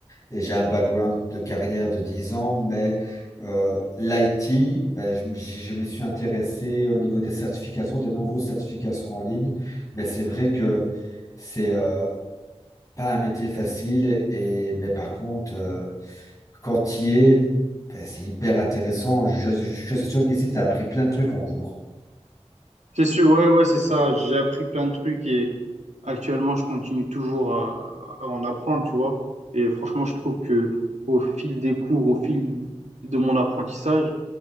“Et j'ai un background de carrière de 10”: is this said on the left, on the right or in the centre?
Left